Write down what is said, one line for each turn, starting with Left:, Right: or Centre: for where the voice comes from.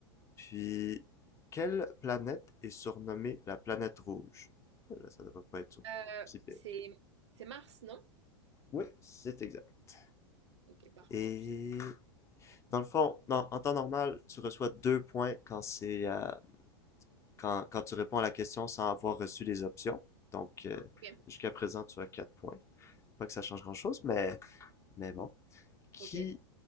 Left: Puis, quelle planète est surnommée la planète rouge? Oh Là, ça devrait pas être
Right: Euh,
Left: si pire.
Right: c'est c'est Mars, non?
Left: Oui, c'est exact.
Right: Ok, parfait.
Left: Et dans le fond, non, en temps normal, tu reçois deux points quand c'est euh, quand, quand tu réponds à la question sans avoir reçu les options. Donc, euh,
Right: Ok,
Left: jusqu'à présent, tu as quatre points. Pas que ça change grand-chose, mais, mais bon. Qui,
Right: ok.